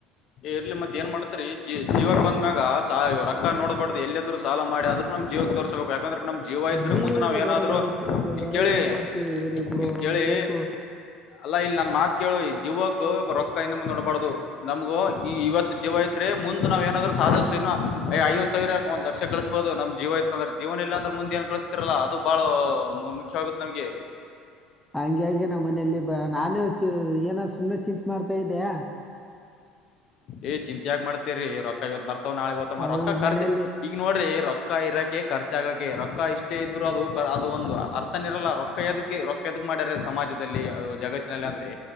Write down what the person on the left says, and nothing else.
ಇರ್ಲಿ ಮತ್ ಏನ್ ಮಾಡ್ತರಿ -ಜ -ಜೀವಕ್ ಬಂದ್ಮ್ಯಾಗ ಸವು ರಕ್ಕ ನೋಡ್ಬಾರ್ದು ಎಲ್ಲದ್ರು ಸಾಲ ಮಾಡಿದ್ರೂ ನಮ ಜೀವ ತೋರಾಸ್ಕೋಬೇಕು ಯಾಕಂದ್ರೆ ನಮ ಜೀವ ಇದ್ರ
ಮುಂದೆ
ನಾವ್ ಏನಾದ್ರು
ಇಲ್ ಕೇಳಿ
ಇಲ್ ಕೇಳಿ.
ಅಲ್ಲಾ ಇಲ್ಲಿ ನಾನ್ ಮಾತ್ ಕೇಳು ಜೀವಕ್ ರೊಕ್ಕ ಇನ್ನು ಮುಂದ ನಡ್ಬಾರ್ದು ನಮ್ಗು. ಈ -ಇವತ್ ಜೀವ ಇದ್ರೆ ಮು ನಾವ್ ಏನಾದ್ರು ಸಾಧ್ಸ ಐವತ್ತು ಸಾವಿರ ಒಂದ್ ಲಕ್ಷ ಕಳಿಸ್ಬೋದು ನಮ್ ಜೀವ. ಯ್ತ- ಅಂದ್ರೆ ಜೀವನ ಎಲ್ಲ ಅಂದ್ರ ಮುಂದೆ ಏನ್ ಕಳಿಸ್ತಿರಲ್ಲ ಅದು ಬಾಳ ಮುಖ್ಯವಗುತ್ತೆ ನಮ್ಗೆ
ಏ್ -ಚಿಂತೆ ಯಾಗಗ್ ಮಾಡ್ತೇರಿೀ ರೊಕ್ಕ ಇವತ್ ಮರ್ತವ ನಾಳಗ್ ದ್ವ
ರೊಕ್ಕ ಖರ್ಚ
ಈಗ ನೋಡ್ರಿ ರೊಕ್ಕ ರೊಕ್ಕ ಇರಕ್ಕೆೆ ಖರ್ಚಾಗಕೆ ರೊಕ್ಕ ಇಷ್ಟೇ ಇದ್ರು ಅದು ಅದು ಒಂದು ಅರ್ಥನ ಇರಲ್ಲ ರೊಕ್ಕ ಎದಕ್ಕೆ ರೊಕ್ಕ ಎದ ಮಾಡ್ಯರೆ ಸಮಾಜದಲ್ಲಿ ಜಗತ್ತಿನಲ್ಲಿ ಅಂದ್ರೆ